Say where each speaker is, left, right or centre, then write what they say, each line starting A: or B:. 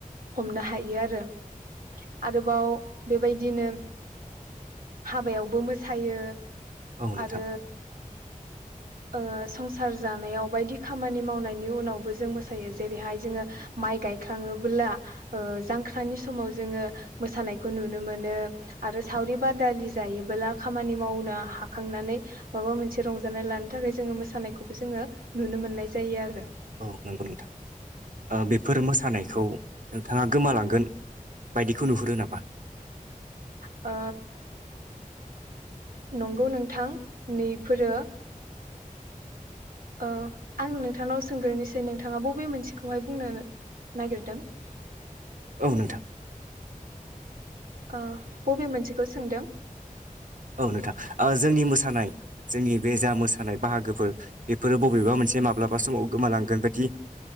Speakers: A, on the right; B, on the right.
A: हमनो हायो आरो आरोबाव बेबायदिनो हाबायावबो मोसायो
B: औ नोंथां
A: आरो। ओ संसार जानायाव बायदि खामानि मावनायनि उनावबो जों मोसायो जेरैहाय जोङो माइ गायखाङोब्ला जांख्रानि समाव जोङो मोसानायखौ नुनो मोनो आरो सावरि बादालि जायोबोला खामानि मावनो हाखांनानै माबा मोनसे रंजानाय लानो थाखाय जोङो मोसानायखौबो जोङो नुनो मोननाय जायो आरो।
B: औ नंगौ नोंथां ओ बेफोर मोसानायखौ नोंथाङा गोमालांगोन बायदिखौ नुहुरो नामा
A: ओ। नंगौ नोंथां बेफोरो ओ आं नोंथांनाव सोंगोरोनिसै नोंथाङा बबे मोनसेखौहाय बुंनो नागिरदों
B: औ नोंथां।
A: ओ बबे मोनसेखौ सोंदों।
B: औ नोंथां ओ जोंनि मोसानाय जोंनि बे जा मोसानाय बाहागोफोर बेफोरो बबेबा मोनसे माब्लाबा समाव गोमालांगोन बायदि